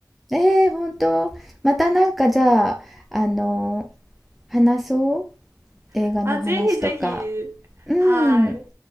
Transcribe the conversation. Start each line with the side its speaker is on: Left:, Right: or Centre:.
Centre: えー、本当またなんかじゃああの話そう
Right: <laughs>
Centre: 映画の話とか
Right: あ、ぜひぜひ。
Centre: うん
Right: はい。